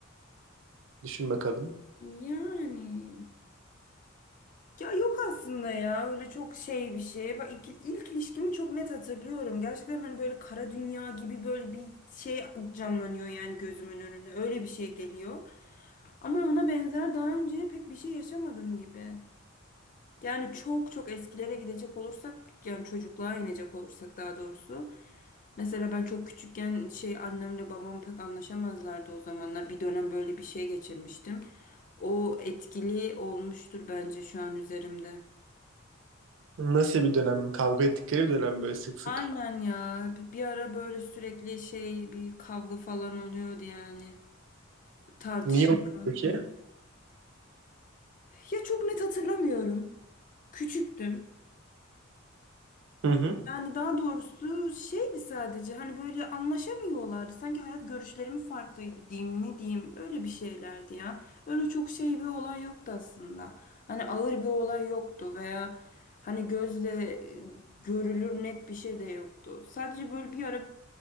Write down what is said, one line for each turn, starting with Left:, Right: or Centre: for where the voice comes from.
Right: Düşün bakalım.
Left: Yani Ya yok aslında ya öyle çok şey bir şey. Bak ilk, ilk ilişkimi çok net hatırlıyorum. Gerçekten hani böyle kara dünya gibi böyle bir şey canlanıyor yani gözümün önünde. Öyle bir şey geliyor. Ama ona benzer daha önce pek bir şey yaşamadım gibi. Yani çok çok eskilere gidecek olursak yani çocukluğa inecek olursak daha doğrusu. Mesela ben çok küçükken şey annemle babam pek anlaşamazlardı o zamanlar. Bir dönem böyle bir şey geçirmiştim. O etkili olmuştur bence şu an üzerimde.
Right: Nasıl bir dönem? Kavga ettikleri bir dönem böyle sık sık.
Left: Aynen ya. Bir bir ara böyle sürekli şey bir kavga falan oluyordu yani. Tartışma.
Right: Niye oldu ki?
Left: Ya çok net hatırlamıyorum. Küçüktüm.
Right: Hı hı.
Left: Yani daha doğrusu şeydi sadece hani böyle anlaşamıyorlardı. Sanki hayat görüşlerimi farklıydı diyeyim ne diyeyim öyle bir şeylerdi ya. Öyle çok şey bir olay yoktu aslında. Hani ağır bir olay yoktu veya hani gözle e, görülür net bir şey de yoktu. Sadece böyle bir ara